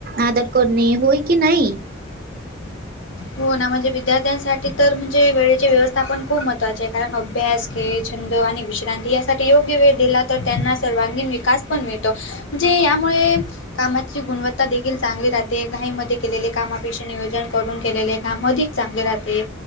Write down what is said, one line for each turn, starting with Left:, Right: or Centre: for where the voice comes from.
Right: आदर करणे होय की नाही.
Left: हो ना म्हणजे विद्यार्थ्यांसाठी तर म्हणजे वेळेचे व्यवस्थापण खूप महत्त्वाचे कारण अभ्यास, खेळ, छंद आणि विश्रांती अस साठी योग्य वेळ दिला तर त्यांना सर्वांगीण विकास पण मिळतो. म्हणजे यामुळे कामाची गुणवत्ता देखील चांगली राहते घाईमध्ये केलेले कामापेक्षा नियोजन करून केलेले काम अधिक चांगले राहते,